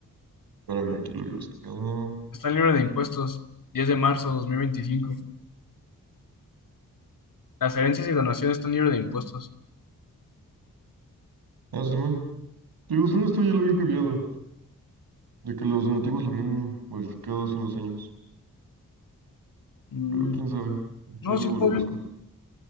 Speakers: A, on the right (about 85°); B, on the left (about 65°).
A: espérame, aquí lo había buscado.
B: está libre de impuestos. diez de marzo de dos mil veinticinco Las herencias y donaciones están libres de impuestos.
A: Ah, Simón, digo, solo esto ya lo habían cambiado, de que los donativos lo habían modificado hace unos años.
B: Mm,
A: Pero quién sabe,
B: no,
A: ahí luego
B: sí, está
A: lo
B: bien.
A: busco.